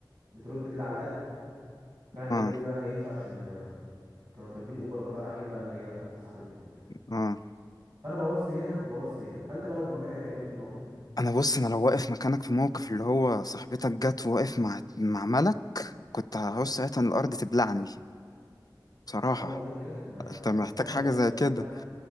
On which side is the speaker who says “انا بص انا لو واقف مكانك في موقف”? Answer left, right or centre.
Left